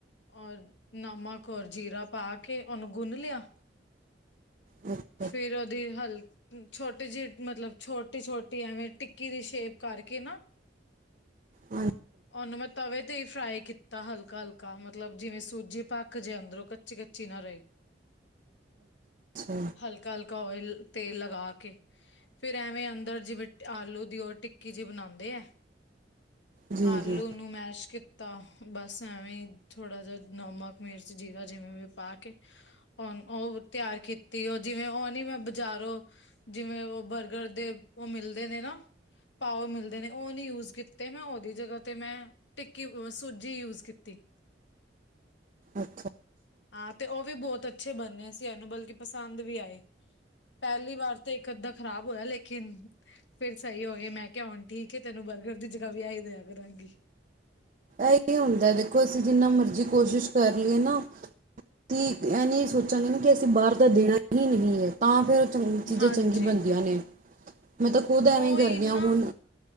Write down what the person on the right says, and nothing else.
ਹਮ।
ਹਾਂਜੀ
ਅੱਛਾ
ਜੀ
ਜੀ
ਅੱਛਾ
ਇਹੀ ਹੁੰਦਾ ਦੇਖੋ ਅਸੀਂ ਜਿੰਨਾ ਮਰਜ਼ੀ ਕੋਸ਼ਿਸ਼ ਕਰ ਲਈਏ ਨਾ ਠੀਕ। ਇਹ ਨਹੀਂ ਸੋਚਾਂਗੇ ਨਾ ਕਿ ਅਸੀਂ ਬਾਹਰ ਤਾਂ ਦੇਣਾ ਹੀ ਨਹੀਂ ਹੈ ਤਾਂ ਫਿਰ ਚੰਗ ਚੀਜ਼ਾਂ
ਚੰਗੀ ਬਣਦੀਆਂ ਨੇ, ਮੈਂ ਤਾਂ ਖੁਦ
ਐਵੇਂ ਕਰਦੀ ਹਾਂ
ਹੁਣ।